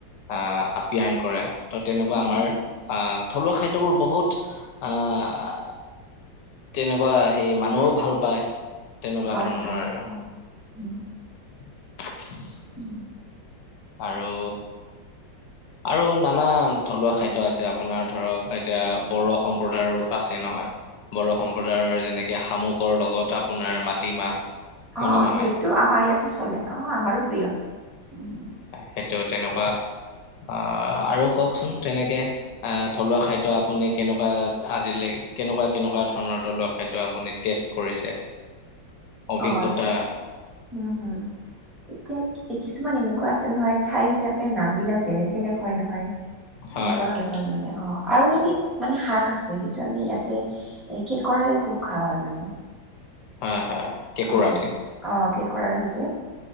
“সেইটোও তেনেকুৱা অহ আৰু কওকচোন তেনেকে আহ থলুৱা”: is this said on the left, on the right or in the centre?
Left